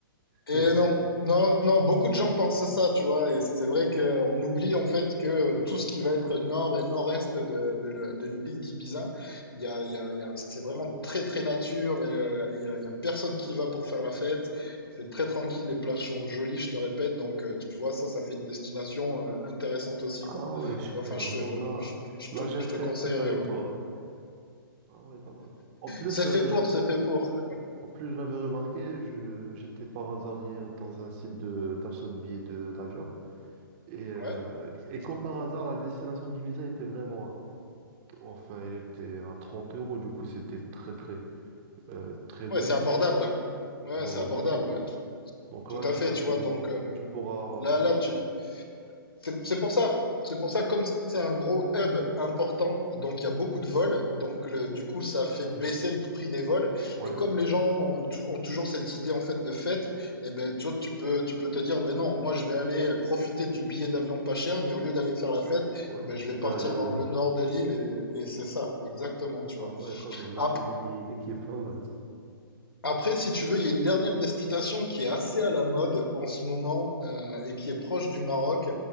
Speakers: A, on the left; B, on the right.
A: Et
B: <laughs>
A: non, non, non, beaucoup de gens pensent ça, tu vois, et c'est vrai qu'on oublie en fait que tout ce qui va être nord et nord-est de, de le- de l'île d'Ibiza, il y a, il y a, il y a- c'est vraiment très très nature et euh, et il y a, il y a personne qui y va pour faire la fête. C'est très tranquille, les plages sont jolies, je te répète, donc euh, tu vois, ça, ça fait une destination euh, intéressante aussi,
B: Ah
A: quoi.
B: ouais, super.
A: Tu vois, enfin, je,
B: Alors
A: te-
B: là,
A: je, te, je
B: là
A: te
B: j'ai appris
A: je te conseillerais,
B: un truc avec
A: ouais.
B: toi. Ah ouais, pas mal. En plus,
A: C'est
B: j'avais,
A: fait pour, c'est fait pour.
B: en plus, j'avais remarqué, je, j'étais par hasard hier dans un site de, d'achat de billets de, d'avion. Et, euh,
A: Ouais,
B: et comme par hasard, la destination d'Ibiza était vraiment, enfin, elle était à 30 euros, du coup, c'était très, très, euh, très
A: ouais,
B: donné,
A: c'est abordable. Ouais,
B: voire
A: c'est abordable,
B: beaucoup.
A: ouais.
B: Donc
A: Tout
B: là,
A: à
B: tu
A: fait,
B: te
A: tu
B: dis,
A: vois, donc euh,
B: tu pourras,
A: là, là, tu... c'est c'est pour ça. C'est pour ça, comme c'est un gros hub important, donc il y a beaucoup de vols, donc le- du coup, ça fait baisser le prix des vols.
B: ouais,
A: Et comme les gens ont, tou- ont toujours cette idée en fait de fête, et ben tu vois, tu peux, tu peux te dire, ben non, moi je vais aller profiter du billet d'avion pas cher, mais au lieu d'aller faire la fête,
B: ouais,
A: eh ben, je vais
B: je
A: partir
B: vais aller au
A: dans
B: nord.
A: le nord de l'île et, et c'est ça, exactement, tu
B: Ah
A: vois.
B: ouais, quand même, là
A: Ap-
B: tu me donnes une idée qui est pas mal.
A: Après, si tu veux, il y a une dernière destination qui est assez à la mode en ce moment euh, et qui est proche du Maroc,